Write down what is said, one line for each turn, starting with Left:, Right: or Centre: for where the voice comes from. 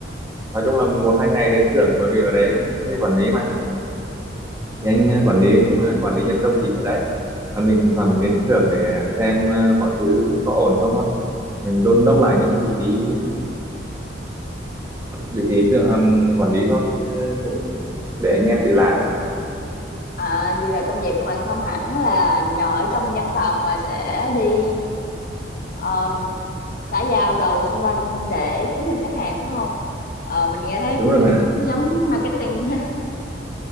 Right: nói chung là một hai ngày đến xưởng bởi vì ở đấy mình cũng thuê quản lý mà
Left: ừm.
Right: thì anh ờ, quản lý cũng là quản lý nhân công chính ở đấy và mình thỉnh thoảng mình đến xưởng để xem ờ, mọi thứ có ổn không thôi mình đôn đốc lại những vị trí vị trí tự, ừm, quản lý thôi chứ cũng để anh em tự làm
Left: À, vậy là công việc của bạn không hẳn là ngồi ở trong văn phòng mà sẽ đi, ờ, xã giao đồ xung quanh để kiếm được khách hàng, phải không? Ờ, mình nghe thấy
Right: đúng
Left: cũng
Right: rồi
Left: cảm
Right: bạn ạ
Left: giác nó giống marketing <laughs> ha.